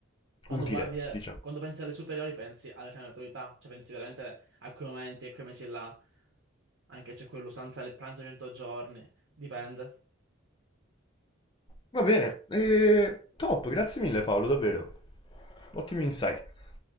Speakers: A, on the right; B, on the left.
A: quando
B: utile,
A: guardi,
B: diciamo.
A: quando pensi alle superiori pensi all'esame di maturità, cioè pensi veramente a quei momenti, a quei mesi là, anche c'è quell'usanza del pranzo 100 giorni, dipende.
B: Va bene, e top, grazie mille Paolo, davvero. Ottimi insights.